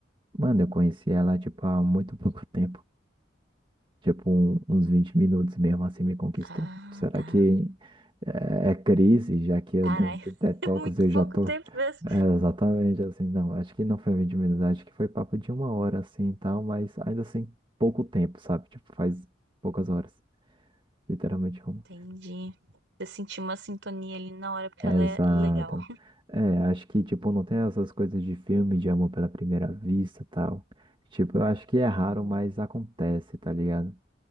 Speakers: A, on the right; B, on the right.
A: Mano, eu conheci ela, tipo, há muito pouco tempo. Tipo, um- uns 20 minutos mesmo assim me conquistou.
B: Ah,
A: Será
B: tá.
A: que é, é crise, já que eu
B: Caralho,
A: dei um te- detox,
B: <laughs> é muito
A: eu já
B: pouco
A: tô.
B: tempo mesmo.
A: É, exatamente assim, não, acho que não foi 20 minutos, acho que foi papo de uma hora assim e tal, mas ainda assim, pouco tempo, sabe? Tipo, faz poucas horas, literalmente uma.
B: Entendi. Eu senti uma sintonia ali na hora porque
A: Exato.
B: ela é legal.
A: É, acho que, tipo, não tem essas coisas de filme, de amor pela primeira vista e tal. Tipo, eu acho que é raro,
B: Hum,
A: mas acontece, tá ligado?